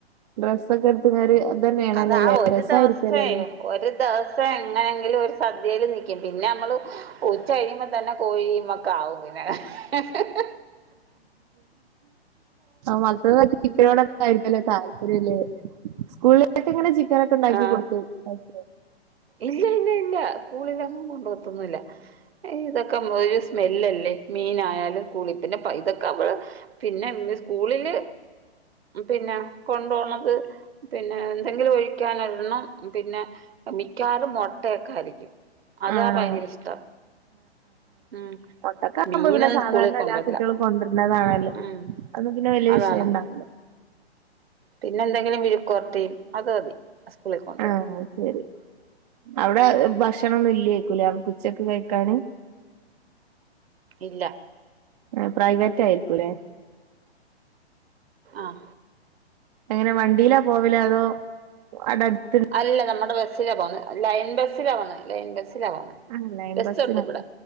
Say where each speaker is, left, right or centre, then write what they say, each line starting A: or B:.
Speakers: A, on the right; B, on the right.
A: ഡ്രെസ്സൊക്കെ എടുത്ത് തരുവോ ഇതന്നെയ ആണല്ലല്ലേ
B: അത് ആ ഒരു
A: രസമായിരിക്കല്ലല്ലേ
B: ദിവസേ ഒരു ദിവസം എങ്ങനെങ്കിലും ഒരു സദ്യയിൽ നിക്കും പിന്നെ നമ്മള് ഉ ച്ചകഴിയുമ്പതന്നെ കോഴിയുമൊക്കാവും പിന്നെ <unintelligible>
A: മക്കൾക്ക് ചിക്കനോടൊക്കെ ആയിരിക്കുമല്ലോ താല് ലേ സ്കൂളിലൊക്കെ ഇങ്ങനെ ചിക്കനൊക്കെ ഉണ്ടാക്കി
B: ആഹ്
A: കൊടുത്ത് വിടുവോ
B: ഇല്ല ഇല്ല ഇല്ല സ്കൂളിലൊന്നും കൊണ്ടുപോകത്തൊന്നുമില്ല. ഇതൊക്കെ ഒരു സ്മെല്ലല്ലേ? മീനായാലും കൂളി പിന്നെ പൈസക്ക <unintelligible> പിന്നെണ്ട് സ്കൂളില് പിന്നെ കൊണ്ടുപോണത് പിന്നെ എന്തെങ്കിലും ഒഴിക്കാൻ ഒരണ്ണം പിന്നെ മിക്കവാറും മുട്ടയൊക്കെ ആയിരിക്കും അതാ
A: ആണോ
B: ഭയങ്കര ഇഷ്ടം ഉം
A: മൊട്ടൊക്കെ ആവുമ്പോ
B: മീനൊന്നും
A: പിന്നെ സാധാരണ
B: സ്കൂളിൽ കൊണ്ടോകത്തില്ല
A: എല്ലാ കുട്ടികളും കൊണ്ടുവരുന്നതാണല്ലോ
B: ഉം
A: അതു പിന്നെ വലിയ
B: അതാണ്
A: വിഷയം ഉണ്ടാവില്ല
B: പിന്നെ എന്തെങ്കിലും വിഴുക്കുപുരട്ടി അത് മതി സ്കൂളിൽ കൊണ്ടുപോകാൻ
A: ആ ശരി അവിടെ ഭക്ഷണ ഒന്നും ഇല്ലേയിക്കുല്ലേ അവർക്ക് ഉച്ചക്ക് കഴിക്കാന്.
B: ഇല്ല
A: ആ പ്രൈവറ്റ് ആയിരിക്കൂല്ലേ?
B: ആഹ്‌
A: എങ്ങനെ വണ്ടിയിലാ പോവില് അതോ അടെ അട്
B: അല്ല നമ്മുടെ ബസ്സിലാ പോന്ന് ലൈൻ ബസ്സിലാ പോന്നുന്നത് ലൈൻ ബസ്സിലാ പോണെ
A: ആഹ് ലൈൻ
B: ബസ്സുണ്ട്
A: ബസ്സിനല്ലേ
B: ഇവിടെ